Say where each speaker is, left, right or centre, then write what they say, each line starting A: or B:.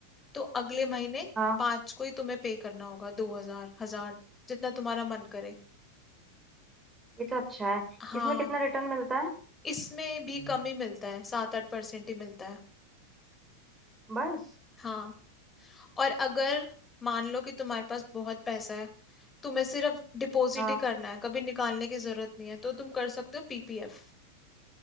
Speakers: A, on the left (about 15°); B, on the right (about 15°).
A: तो अगले महीने
B: हाँ
A: पांच को ही तुम्हें पे करना होगा दो हजार हजार जितना तुम्हारा मन करे
B: ये तो अच्छा है
A: हाँ
B: इसमें कितना रिटर्न मिलता है
A: इसमें
B: हम्म।
A: भी कम ही मिलता है सात आठ परसेंट ही मिलता है
B: बस
A: हाँ और अगर मान लो कि तुम्हारे पास बहुत पैसा है तुम्हें सिर्फ डिपॉजिट
B: हाँ
A: ही करना है कभी निकालने की जरूरत नहीं है तो तुम कर सकते हो पीपीएफ